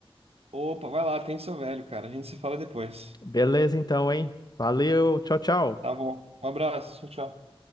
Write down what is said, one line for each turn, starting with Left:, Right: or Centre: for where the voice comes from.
Right: Opa, vai lá, atende seu velho, cara. A gente se fala depois.
Left: Beleza, então, hein? Valeu, tchau, tchau.
Right: Tá bom. Um abraço. Tchau, tchau.